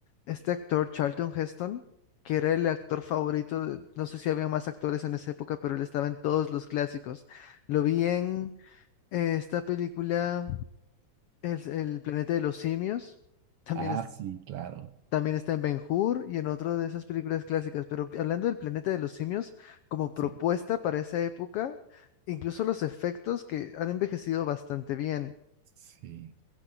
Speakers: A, on the left; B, on the right.
A: este actor Charlton Heston, que era el actor favorito, de- no sé si había más actores en esa época, pero él estaba en todos los clásicos. Lo vi en eh, esta película, El, El planeta de los simios, también
B: Ah,
A: es-
B: sí, claro.
A: También está en Ben-Hur y en otro de esas películas clásicas, pero hablando del planeta de los simios, como propuesta
B: Sí,
A: para esa época, incluso los efectos que han envejecido bastante bien.
B: sí.